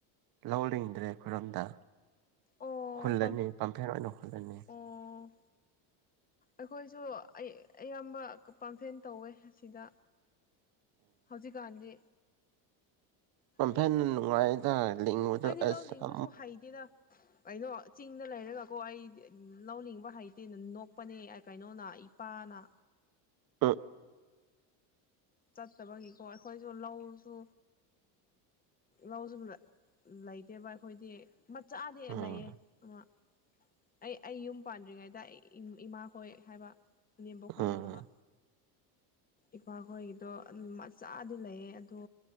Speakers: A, on the right (about 50°); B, on the left (about 20°).
A: ꯂꯧꯅꯤꯡꯤꯡꯗ꯭ꯔꯦ ꯈꯨꯣꯏꯔꯝꯗ
B: ꯑꯣ
A: ꯍꯨꯜꯂꯅꯤ
B: ꯄꯝ
A: ꯄꯝꯐꯔ ꯑꯣꯏꯅ ꯍꯨꯜꯂꯅꯤ
B: ꯑꯣ ꯑꯩꯈꯣꯏꯁꯨ ꯑꯩ ꯑꯌꯥꯝꯕ ꯄꯥꯝꯐꯦꯟ ꯇꯧꯋꯦ ꯑꯁꯤꯗ ꯍꯧꯖꯤꯛꯀꯥꯟꯗꯤ ꯈꯪꯗꯦ
A: ꯐꯦꯟ ꯅꯨꯡꯉꯥꯏꯗꯗ
B: ꯑꯩꯗꯤ
A: ꯑꯁ
B: ꯂꯧ ꯂꯤꯡꯕꯁꯨ ꯍꯩꯇꯦꯗ ꯀꯩꯅꯣ ꯆꯤꯡꯗ ꯂꯩꯔꯒꯀꯣ ꯑꯩ ꯂꯧꯅꯤꯡꯕ ꯍꯩꯇꯦ ꯅ ꯅꯣꯛꯄꯅꯦ ꯀꯩꯅꯣꯅ ꯏꯄꯥꯅ
A: ꯎꯝ
B: ꯆꯠꯇꯕꯒꯤꯀꯣ ꯑꯩꯈꯣꯏꯁꯨ ꯂꯧꯁꯨ ꯂꯧꯁꯨ ꯂꯩꯇꯦꯕ ꯑꯩꯈꯣꯏꯗꯤ ꯃꯆꯥꯥꯗꯦ ꯑꯂꯌꯦꯦ
A: ꯎꯝ
B: ꯑ ꯑꯩ ꯑꯩ ꯌꯨꯝ ꯄꯥꯟꯗ꯭ꯔꯤꯉꯩꯗ ꯑꯩ ꯏꯃꯥ ꯍꯣꯏ ꯍꯥꯏꯕ ꯅꯦꯝꯕꯣꯛ ꯈꯣꯏ
A: ꯎꯝ
B: ꯅꯠꯇꯕ ꯏꯄꯥꯈꯣꯏꯒꯤꯗꯣ ꯑꯗꯨꯝ ꯃꯆꯥꯗꯤ ꯂꯩꯌꯦ ꯑꯗꯣ